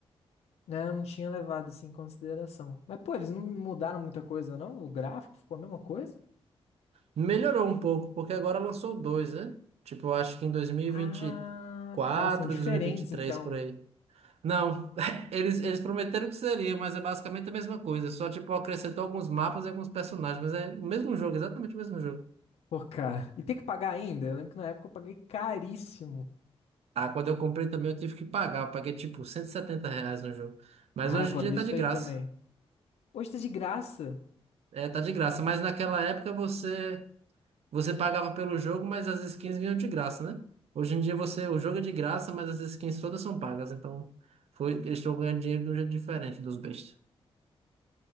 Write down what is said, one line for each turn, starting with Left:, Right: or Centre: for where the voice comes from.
Left: Né, eu não tinha levado isso em consideração. Mas, pô, eles não mudaram muita coisa, não? O gráfico ficou a mesma coisa?
Right: Melhorou um pouco, porque agora lançou dois, né? Tipo, eu acho que em dois dois mil
Left: Ah,
Right: mil e vinte e quatro,
Left: tá. São diferentes,
Right: dois mil e vinte vinte quatro, e três
Left: então.
Right: por aí. Não, <laughs> eles, eles prometeram que seria, mas é basicamente a mesma coisa. Só, tipo, acrescentou alguns mapas e alguns personagens, mas é o mesmo jogo, exatamente o mesmo jogo.
Left: Pô, cara. E tem que pagar ainda? Eu lembro que na época eu paguei caríssimo.
Right: Ah, quando eu comprei também eu tive que pagar, eu paguei, tipo, 170 reais no jogo. Mas
Left: Ah,
Right: hoje
Left: eu paguei
Right: em dia tá
Left: isso
Right: de graça.
Left: aí também. Hoje tá de graça.
Right: É, tá de graça. Mas naquela época você você pagava pelo jogo, mas as skins vinham de graça, né? Hoje em dia você o jogo é de graça, mas as skins todas são pagas. Então foi, eles estão ganhando dinheiro de um jeito diferente dos bestas.